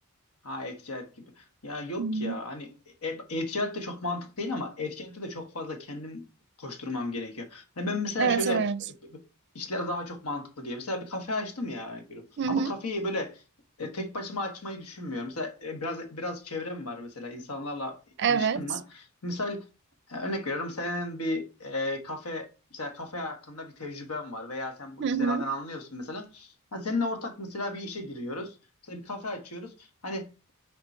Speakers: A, on the left; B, on the right.
A: Ha e-ticaret gibi. Ya yok
B: Hmm.
A: ya hani e- e-ticaret de çok mantık değil ama e-ticarette de çok fazla kendim koşturmam gerekiyor. Hani ben mesela
B: Evet,
A: şöyle
B: evet.
A: e, işler daha çok mantıklı geliyor. Mesela bir kafe açtım ya örnek veriyorum.
B: Hı hı.
A: Ama kafeyi böyle e, tek başıma açmayı düşünmüyorum. Mesela e, biraz biraz çevrem var mesela insanlarla
B: Evet.
A: ilişkim var. Misal e, örnek veriyorum senin bir e, kafe mesela kafe hakkında bir tecrüben var veya sen bu
B: Hı
A: işlerden
B: hı.
A: anlıyorsun mesela. Ha, seninle ortak mesela bir işe giriyoruz. Mesela bir kafe açıyoruz. Hani